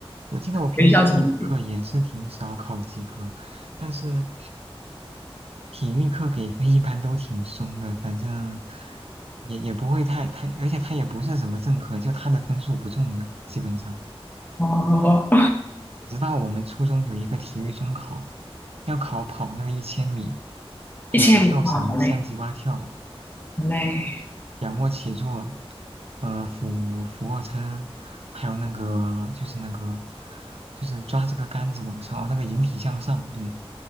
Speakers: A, on the right; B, on the left.
A: 我记得我平时体育课也是挺少考及格，
B: 学校成绩。
A: 但是体育课给分一般都挺松的，反正也也不会太太，而且他也不是什么正课，就他的分数不重要，基本上。
B: 哦，
A: 直到我们初中有一个体育中考，要考跑那个一千米，还有跳绳、
B: 一千米哇，好累，
A: 三级蛙跳、
B: 好累
A: 仰卧起坐，呃，俯俯卧撑，还有那个就是那个就是抓这个杆子往上，哦，那个引体向上，对，